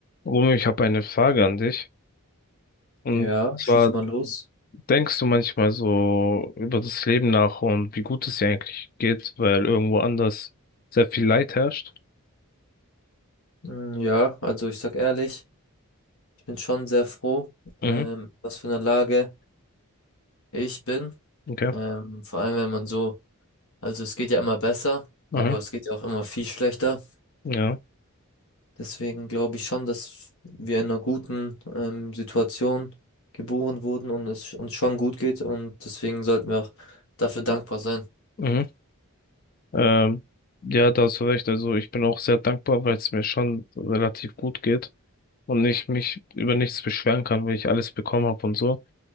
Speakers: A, on the left; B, on the left.
A: Romeo, ich habe eine Frage an dich. Und
B: Ja,
A: zwar
B: schieß mal los.
A: denkst du manchmal so über das Leben nach und wie gut es dir eigentlich geht, weil irgendwo anders sehr viel Leid herrscht.
B: Mm, Ja, also ich sag ehrlich, ich bin schon sehr froh, ähm,
A: Mhm.
B: was für eine Lage ich bin.
A: Okay.
B: Ähm, vor allem, wenn man so, also es geht ja immer besser, aber
A: Aha.
B: es geht ja auch immer viel schlechter.
A: Ja.
B: Deswegen glaube ich schon, dass wir in einer guten, ähm, Situation geboren wurden und es uns schon gut geht und deswegen sollten wir auch dafür dankbar sein.
A: Mhm. Ähm, ja, da hast du recht. Also ich bin auch sehr dankbar, weil es mir schon relativ gut geht und ich mich über nichts beschweren kann, weil ich alles bekommen habe und so.